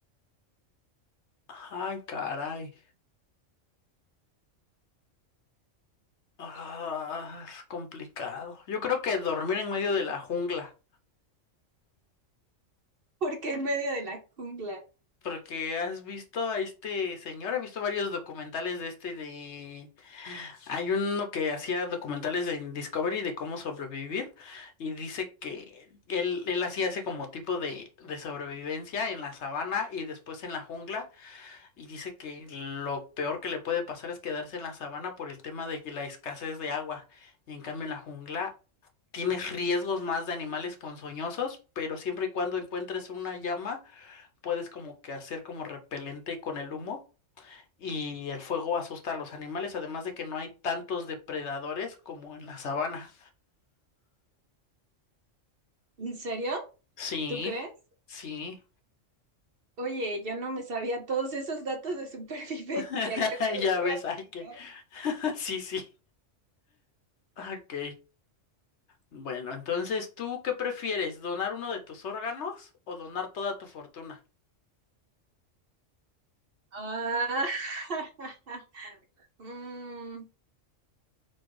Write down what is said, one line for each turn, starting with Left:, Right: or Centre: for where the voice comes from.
Left: Ay, caray. Ah, es complicado. Yo creo que dormir en medio de la jungla.
Right: ¿Por qué en medio de la jungla?
Left: Porque has visto a este señor, he visto varios documentales de este de... Hay uno que hacía documentales en Discovery de cómo sobrevivir y dice que él, él hacía ese como tipo de, de sobrevivencia en la sabana y después en la jungla y dice que lo peor que le puede pasar es quedarse en la sabana por el tema de que la escasez de agua y en cambio en la jungla tienes riesgos más de animales ponzoñosos, pero siempre y cuando encuentres una llama puedes como que hacer como repelente con el humo y el fuego asusta a los animales, además de que no hay tantos depredadores como en la sabana.
Right: ¿En serio?
Left: Sí,
Right: ¿Tú crees?
Left: sí,
Right: Oye, yo no me sabía todos esos datos de <laughs> supervivencia,
Left: <laughs>
Right: creo que los
Left: ya
Right: voy
Left: ves,
Right: a aplicar.
Left: ay que, <laughs> sí, sí, ok. Bueno, entonces, ¿tú qué prefieres? ¿Donar uno de tus órganos o donar toda tu fortuna?
Right: Ah, <laughs> mm,